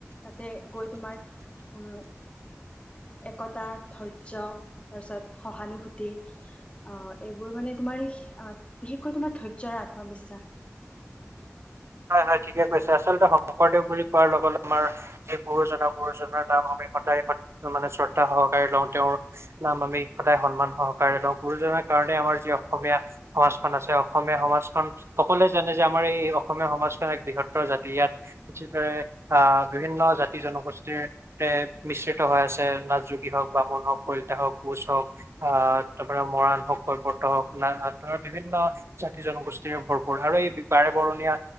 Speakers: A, on the left (about 25°); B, on the right (about 60°).
A: তাতে গৈ তোমাৰ উম একতা, ধৈৰ্য তাৰপিছত সহানুভূতি আহ এইবোৰ মানে তোমাৰ বিশেষকৈ তোমাৰ ধৈৰ্য্য আৰু আত্মবিশ্বাস।
B: হয়-হয়, ঠিকে কৈছা। আচলতে শংকৰদেৱ বুলি কোৱাৰ লগত আমাৰ যি গুৰুজনা গুৰুজনাৰ নাম আমি স সদায় মানে শ্ৰদ্ধা সহকাৰে লওঁ। তেওঁৰ নাম আমি সদায় সন্মান সহকাৰে লওঁ। গুৰুজনাৰ কাৰণে আমাৰ যি অসমীয়া সমাজখন আছে, অসমীয়া সমাজখন সকলোৱে জানে যে আমাৰ এই অসমীয়া সমাজ এক বৃহত্তৰ জাতি। ইয়াত বিচিত্ৰৰে আহ বিভিন্ন জাতি- জনগোষ্ঠীৰ এক মিশ্ৰ মিশ্ৰিত হৈ আছে। নাথ যোগী হওক বামুণ হওক, কলিতা হওক, কোচ হওক আহ তাৰ পৰা মৰাণ হওক হৰ্টো হওক না আন বিভিন্ন জাতি-জনগোষ্ঠীৰে ভৰপূৰ আৰু এই বাৰে বৰণীয়া